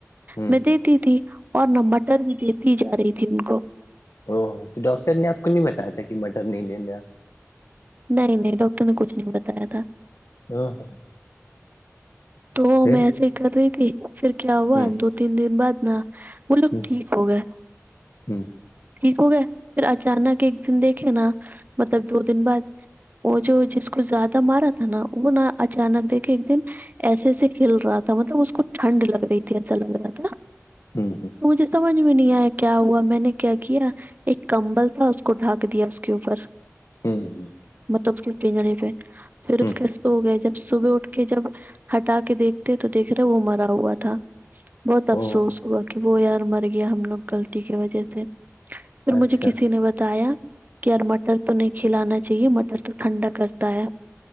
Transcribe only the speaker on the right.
میں دیتی تھی اور نہ مٹر بھی دیتی جا رہی تھی ان کو
نہیں نہیں ڈاکٹر نے کچھ نہیں بتایا تھا
تو
میں ایسے ہی کر رہی تھی پھر کیا ہوا
دو تین دن بعد نا وہ لوگ
ٹھیک ہو گئے
ٹھیک ہو گئے پھر اچانک ایک دن دیکھے نا مطلب دو دن بعد وہ جو جس کو زیادہ مارا تھا نا وہ نہ اچانک دیکھے ایک دن ایسےسے ھل رہا تھا مطلب اس کو ٹھنڈ لگ رہی تھی ایسا لگ رہا تھا
تو مجھے سمج سمج میں نہیں آیا کیا ہوا میں نے کیا کیا ایک کمبل تھا اس کو ڈھک دیا اس کے اوپر
مطلب اس کے پنجریی پہ پھر اس
کے ہو گئے جب صبح اٹھ کے جب ہٹا کے دیکھتے تو دیکھ رہے وہ مرا ہوا تھا بہت افسوس
ہوا کہ وہ یار مر گیا ہم لوگ غلطی کی وجہ سے پھر
مجھے کسی نے بتایا کہ یار مٹر تو نہیں کھلانا چاہیے مٹر تو ٹھنڈا کرتا ہے